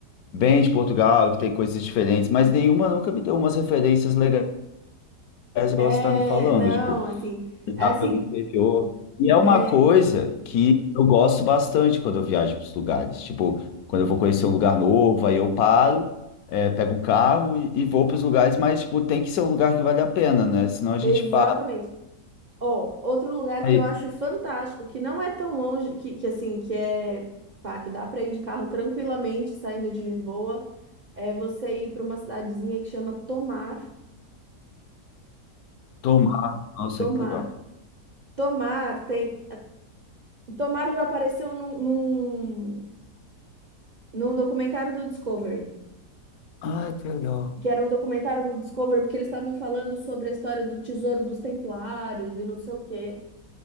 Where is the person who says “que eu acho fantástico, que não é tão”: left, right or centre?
Right